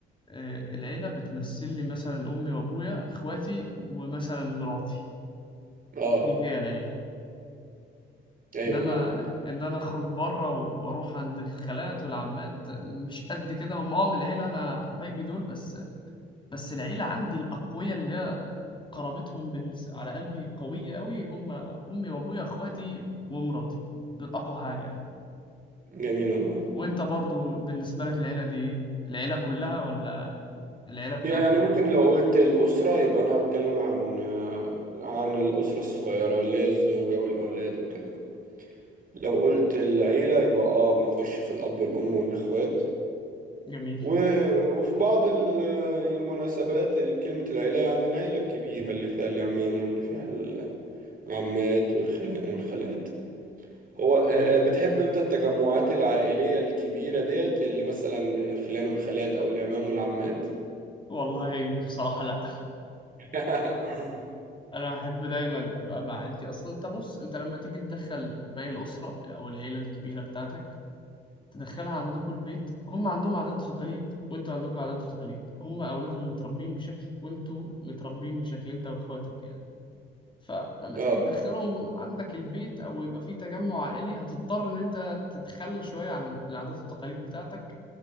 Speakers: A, on the left; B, on the right.
A: آه، العيلة بتمثل لي مثلا امي وابويا اخواتي ومثلا مراتي
B: اه
A: دي هي العيلة
B: ايوه
A: انما
B: نعم نعم
A: ان انا اخرج بره واروح عند الخالات والعمات مش قد كده هم اه من العيله انا حبايبي دول بس بس العيله عندي الاقوياء اللي هي قرابتهم بالنس- على قلبي قويه قوي هم امي وابويا اخواتي ومراتي دول اقوى حاجه يعني
B: جميل والله
A: وانت برضو بالنسبه لك العيله دي ايه العيله كلها ولا العيله بتاعتك
B: يعني ممكن
A: انت
B: لو قلت الأسرة يبقى أنا بتكلم عن آه، عن الأسرة الصغيرة اللي هي الزوجة والأولاد وكده لو قلت العيلة يبقى اه بنخش في الأب والأم والإخوات
A: جميل
B: و... وفي بعض ال- آه، المناسبات كلمة العيلة يعني العيلة الكبيرة اللي فيها العمام واللي فيها العمات والخلان والخالات هو آه،
A: جميل
B: آه، بتحب انت التجمعات العائلية الكبيرة ديت اللي مثلا الخلان والخالات أو العمام والعمات
A: والله بصراحة لا
B: <laughs> اه
A: أنا أحب دايما أبقى مع عيلتي أصلا أنت بص أنت لما تيجي تدخل باقي الأسرة أو العيلة الكبيرة بتاعتك تدخلها عندكم البيت هم عندهم عادات وتقاليد وانتوا عندكم عادات وتقاليد هم اولادهم متربيين بشكل وانتوا متربيين بشكل انت واخواتك يعني فلما
B: اه
A: تيجي تدخلهم عندك البيت او يبقى في تجمع عائلي هتضطر ان انت تتخلى شويه عن العادات والتقاليد بتاعتك